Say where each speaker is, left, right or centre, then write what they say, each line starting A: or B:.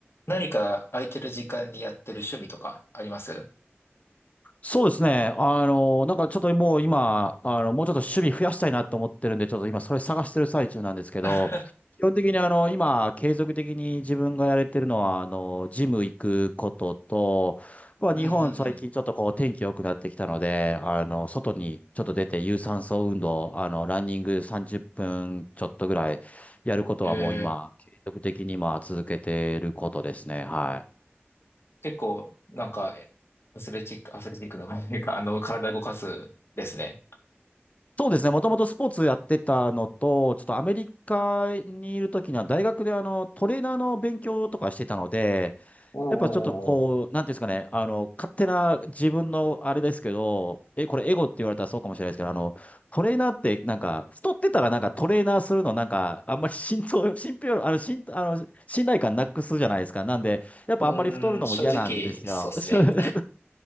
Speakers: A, on the left; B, on the left.
A: 何か空いてる時間にやってる趣味とかあります
B: そうですね。あの、なんかちょっともう今、あの、もうちょっと守備増やしたいなと思ってるんで、ちょっと今それ探してる最中なんですけど、
A: <laughs>
B: 基本的にあの、今、継続的に自分がやれてるのは、あの、ジム行くことと、まあ、
A: うんうんうん。
B: 日本最近ちょっとこう天気良くなってきたので、あの、外にちょっと出て有酸素運動、あの、ランニング30分ちょっとぐらいやることはもう今、
A: ええ
B: 継続的にまあ続けてることですね。はい。
A: 結構、なんか、えアスレチック、アスレチックの、なんか、あの、体動かすですね。
B: そうですね。もともとスポーツやってたのと、ちょっとアメリカにいるときには大学であのトレーナーの勉強とかしてたので、
A: おうおうおうおう。
B: やっぱちょっとこう、なんていうんですかね、あの、勝手な自分のあれですけど、え、これエゴって言われたらそうかもしれないですけど、あの、トレーナーってなんか、太ってたらなんかトレーナーするのなんか、あんまり信頼、<laughs> 信憑、あの、信、あの、信頼感なくすじゃないですか。なんで、やっぱあんまり太るのも嫌なんですよ。
A: うーん、正直、そうっすね。
B: <laughs>